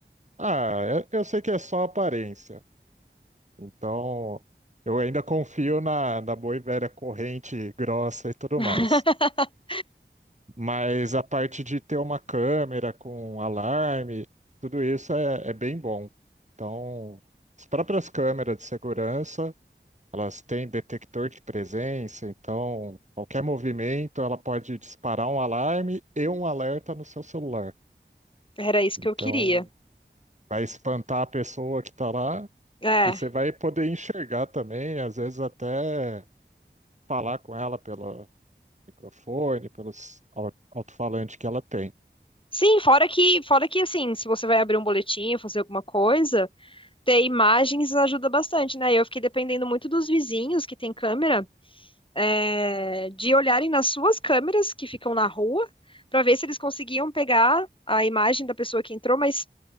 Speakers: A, on the right; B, on the left.
A: Ah, eu, eu sei que é só aparência. Então, eu ainda confio na, na boa e velha corrente grossa e tudo
B: <laughs>
A: mais. Mas a parte de ter uma câmera com alarme, tudo isso é, é bem bom. Então, as próprias câmeras de segurança, elas têm detector de presença, então qualquer movimento ela pode disparar um alarme e um alerta no seu celular.
B: Era isso
A: Então,
B: que eu queria.
A: vai espantar a pessoa que está lá
B: É.
A: E você vai poder enxergar também, às vezes até falar com ela pelo microfone, pelos al- alto-falante que ela tem.
B: Sim, fora que, fora que assim, se você vai abrir um boletim, fazer alguma coisa, ter imagens ajuda bastante, né? Eu fiquei dependendo muito dos vizinhos que têm câmera, é, de olharem nas suas câmeras que ficam na rua, para ver se eles conseguiam pegar a imagem da pessoa que entrou, mas